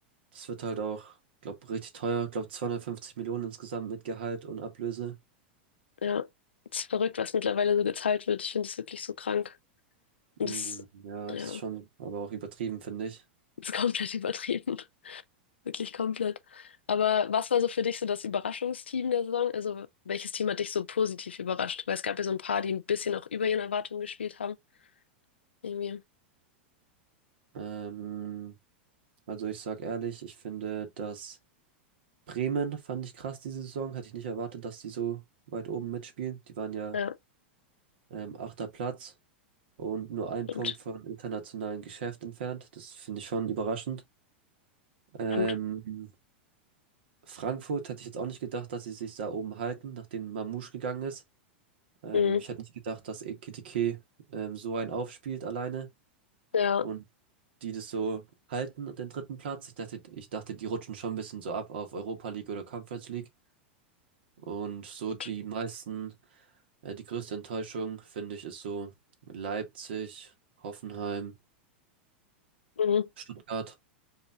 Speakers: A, on the right; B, on the left.
A: das wird halt auch, glaube richtig teuer. Ich glaube 250 Millionen insgesamt mit Gehalt und Ablöse.
B: ja. Es ist verrückt, was mittlerweile so geteilt wird. Ich finde es wirklich so krank.
A: Mm,
B: Und das
A: ja,
B: ja,
A: das ist schon aber auch übertrieben, finde ich.
B: das ist <laughs> komplett übertrieben. Wirklich komplett. Aber was war so für dich so das Überraschungsteam der Saison? Also welches Team hat dich so positiv überrascht? Weil es gab ja so ein paar, die ein bisschen auch über ihren Erwartungen gespielt haben. Irgendwie.
A: Ähm, also ich sag ehrlich, ich finde, dass Bremen fand ich krass diese Saison. Hätte ich nicht erwartet, dass die so weit oben mitspielen. Die waren ja
B: Ja,
A: ähm, achter Platz und nur ein
B: stimmt.
A: Punkt vom internationalen Geschäft entfernt. Das finde ich schon überraschend. Ähm,
B: Stimmt.
A: Frankfurt hätte ich jetzt auch nicht gedacht, dass sie sich da oben halten, nachdem Mamouche gegangen ist. Ähm,
B: Mhm.
A: ich hätte nicht gedacht, dass Ekitike ähm, so einen aufspielt alleine
B: Ja,
A: und die das so halten, den dritten Platz. Ich dachte, ich dachte, die rutschen schon ein bisschen so ab auf Europa League oder Conference League. Und so
B: stimmt.
A: die meisten, äh, die größte Enttäuschung, finde ich, ist so Leipzig, Hoffenheim,
B: Mhm.
A: Stuttgart.